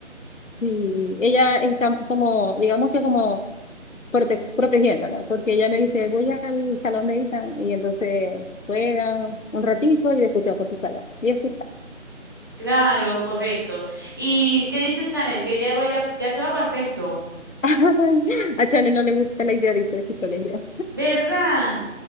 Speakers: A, on the left; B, on the right.
A: Sí, ella está como, digamos que como prote- protegiéndola, porque ella me dice, voy al salón de Ita, y entonces juegan un ratito y después se va para su salón. Y así,
B: Claro, correcto. ¿Y qué dice Chanel? Que ya vaya, ya se va para sexto.
A: Ay, a Chale no le gusta la idea de irse de psicología.
B: ¿Verdad?